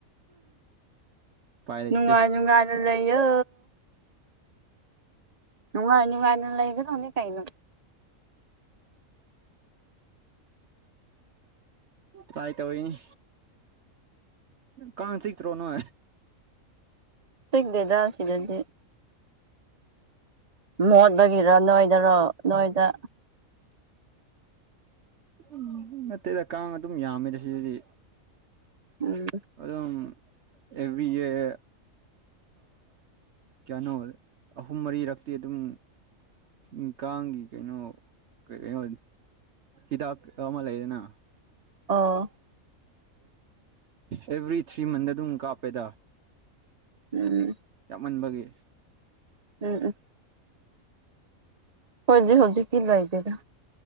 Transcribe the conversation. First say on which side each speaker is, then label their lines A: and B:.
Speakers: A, on the right; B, on the right.
A: ꯎꯄꯥꯏ ꯂꯩꯇꯦ
B: ꯅꯨꯡꯉꯥꯏ ꯅꯨꯡꯉꯥꯏꯅ ꯂꯩ ꯑ ꯅꯉ ꯑꯩꯅ ꯀꯥꯏꯅ ꯂꯩꯥꯏ ꯊꯣꯅꯤ ꯀꯥꯏꯩꯅꯣ
A: ꯇꯥꯏ ꯇ ꯑꯣꯏꯅꯤ ꯀꯥꯟ ꯊ ꯇ꯭ꯔꯣꯅꯦ
B: ꯁꯒꯗꯦꯗ ꯁꯤꯗꯗꯤ ꯃꯣꯠꯕꯒꯤꯔꯣ ꯅꯣꯏꯗꯔꯣ ꯅꯣꯏꯗ
A: ꯑꯣ ꯎꯝ ꯅꯠꯇꯦꯗ ꯀꯥꯡ ꯑꯗꯨꯝ ꯌꯥꯝꯃꯦꯗ ꯁꯤꯗꯗꯤ
B: ꯎꯝ
A: ꯑꯗꯨ ꯑꯦꯐꯕꯤꯤ ꯑꯦ ꯀꯌꯥꯩꯅꯣ ꯑꯍꯨꯝ ꯃꯔꯤꯔꯛꯇꯤ ꯑꯗꯨꯝ ꯎ ꯀꯥꯟꯒꯤ ꯀꯩꯅꯣ ꯀꯩꯅꯣ ꯏꯗ ꯑꯃ ꯑꯃ ꯂꯩꯗꯦꯅ
B: ꯑꯥ
A: ꯑꯦꯚ꯭ꯔꯤ ꯊ꯭ꯔꯤ ꯃꯟ ꯑꯗꯨꯝ ꯀꯥꯞꯄꯦꯗ
B: ꯎꯝ
A: ꯃꯟꯕꯒꯦ
B: ꯎꯝ ꯎꯝ ꯍꯧꯖꯤ ꯍꯧꯖꯤ ꯀ ꯂꯏꯗꯦꯒ